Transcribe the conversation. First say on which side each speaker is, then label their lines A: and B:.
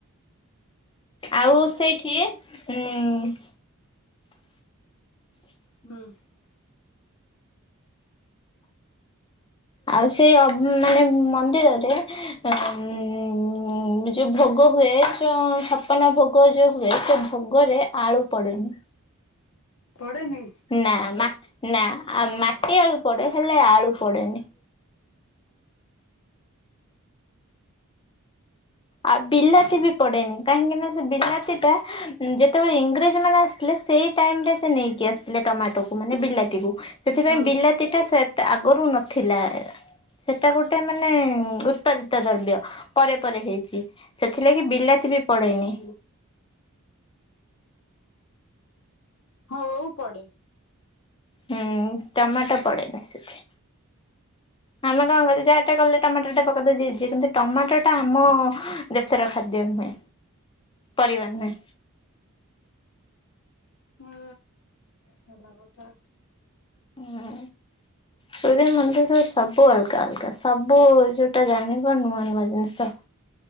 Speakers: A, on the left; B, on the left.
A: ଆଉ ସେଇଠି ଉଁ <inaudible>
B: ହୁଁ
A: ଆଉ ସେଇ ଅ ମାନେ ମନ୍ଦିର ରେ ଉ ଉ ଯୋଉ ଭୋଗ ହୁଏ ଯ ଛପନ ଭୋଗ ଯୋଉ ହୁଏ ସେ ଭୋଗ ରେ ଆଳୁ ପଡ଼େନି।
B: ପଡେନି
A: ନା ନା ମାଟି ଆଳୁ ପଡେ ହେଲେ ଆଳୁ ପଡେନି। ଆଉ ବିଲାତି ବି ପଡେନି କାହିଁକି ନା ସେ ବିଲାତି ଟା ଯେତେବେଳେ ଇଂରେଜ ମାନେ ଆସିଥିଲେ ସେଇ ଟାଇମ ସେ ନେଇ କି ଆସିଥିଲେ ଟମାଟୋ କୁ ମାନେ ବିଲାତିକୁ ସେଥିପାଇଁ
B: ହୁଁ।
A: ବିଲାତି ଟା ସେ ତ ଆଗରୁ ହଉ ନ ଥିଲା ସେଟା ଗୋଟେ ମାନେ ଉତ୍ପାଦିତ ଦ୍ରବ୍ୟ ପରେ ପରେ ହେଇ ଚି ସେଥିଲାଗି ବିଲାତି ବି ପଡେନି।
B: ଓଉ ପଡେ।
A: ହୁଁ ଟମାଟ ପଡେନି ସେଥିରେ। ଆମେ କଣ କରିଛେ ଯାହାଟା କଲେ ଟମାଟୋ ଟା ପକେଇଦେ ଯିଛିେ କିନ୍ତୁ ଟମାଟୋ ଟା ଆମ ଦେଶର ଖାଦ୍ୟ ନୁହେଁ ପରିବା ନୁହେଁ।
B: ହୁଁ ଭଲ କଥା।
A: ହୁଁ। ସୂର୍ଯ୍ୟ ମନ୍ଦିର ସବୁ ଅଲଗା ଅଲଗା ସବୁ ଯୋଉଟା ଜାଣିବ ନୂଆ ନୂଆ ଜିନିଷ।